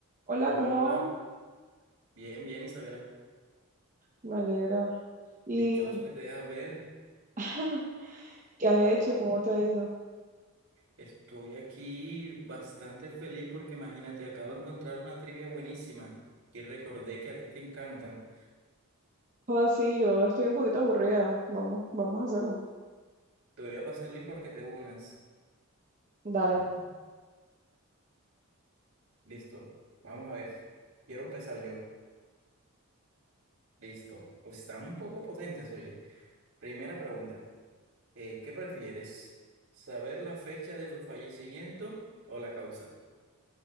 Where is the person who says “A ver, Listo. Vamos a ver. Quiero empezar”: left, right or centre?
Right